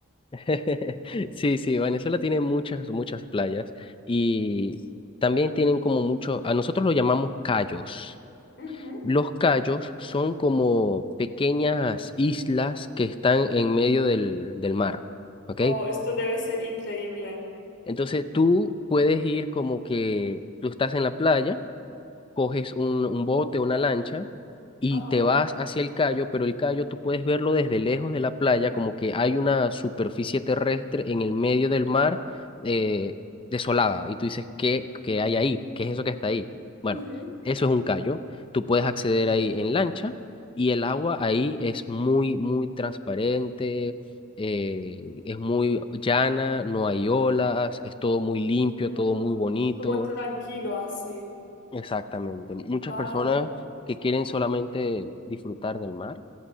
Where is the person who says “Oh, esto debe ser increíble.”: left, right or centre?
Left